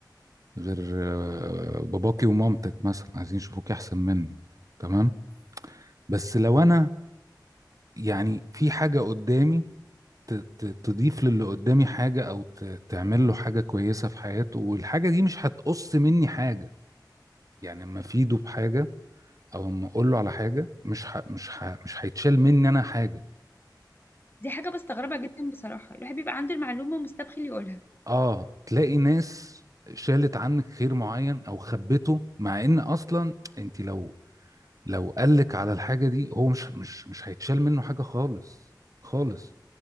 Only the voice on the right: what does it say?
غير آه، باباكي ومامتك مثلا عايزين يشوفوك احسن منك تمام بس لو انا يعني في حاجة قدامي ت- ت- تضيف للي قدامي حاجة او ت- تعمل له حاجة كويسة في حياته والحاجة دي مش هتقص مني حاجة يعني اما افيده بحاجة او اما اقول له على حاجة مش ح... مش ح... مش هيتشال مني انا حاجة
اه تلاقي ناس شالت عنك خير معين او خبته مع ان اصلا انت لو لو قالك على الحاجه دي هو مش مش مش هيتشال منه حاجه خالص خالص